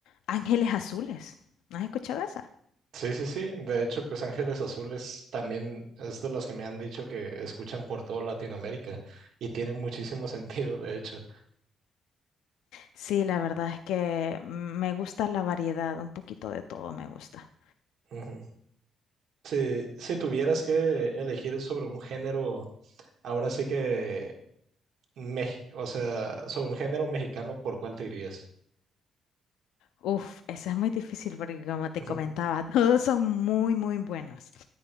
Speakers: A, on the left (about 80°); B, on the right (about 75°).
A: Ángeles Azules. ¿No has escuchado esa?
B: Sí, sí, sí. De hecho, pues Ángeles Azules también es de las que me han dicho que escuchan por toda Latinoamérica y tiene muchísimo <laughs> sentido, de hecho.
A: Sí, la verdad es que me gusta la variedad, un poquito de todo me gusta.
B: Ujú. Si, si tuvieras que elegir sobre un género, ahora sí que, Mex- o sea, sobre un género mexicano, ¿por cuál te irías?
A: Uf, esa es muy difícil porque como te
B: Ujú.
A: comentaba, <laughs> todos son muy, muy buenos.